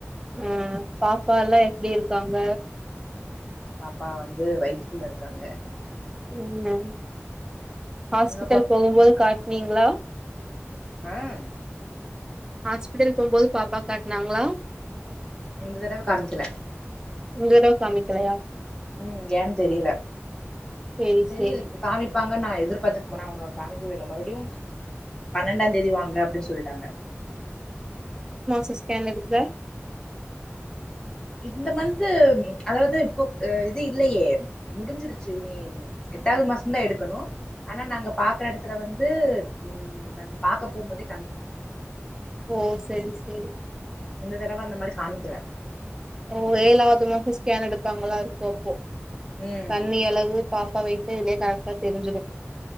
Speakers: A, on the right; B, on the left.
A: ம் பாப்பா எல்லா எப்டி இருக்காங்க
B: பாப்பா வந்து வய்த்துகுள்ள இருக்காங்க
A: உம் ஹாஸ்பிட்டல்
B: அங்க
A: போகும்போது காட்டனீங்களா
B: ஹம்
A: ஹாஸ்பிட்டல் போகும்போது பாப்பா காட்னாங்களா
B: இந்த தடவ காமிக்ல
A: இந்தடவ காமிக்ல
B: உம் ஏன்னு தெரியல
A: சேரி
B: தெரில
A: சேரி
B: காமிப்பாங்க நான் எதிர்பார்த்ட்டு போனா அவங்க காமிக்கவில மறுடியும் பன்னெண்டா தேதி வாங்க அப்டின்னு சொல்லிட்டாங்க
A: சி ஸ்கேன் எடுகுத
B: இந்த மந்த் அதாவது இப்போ இது இல்லயே முடிஞ்சிருச்சி இனி எட்டாவது மாச தா எடுக்கணு ஆனா நாங்க பாக்குற எடத்துல வந்து உம் நாங்க பாக்க போகு போது
A: ஓ சேரி சேரி
B: இந்த தடவ அந்த மாரி காமிக்கல
A: ஓ ஏழாவது மாசம் ஸ்கேன் எடுப்பாங்கள அதுகு எடுபோ
B: ம்
A: தண்ணி அளவு பாப் அப்ப வெய்ட் இதிலே கணக்கா தெரிஞ்சுடும்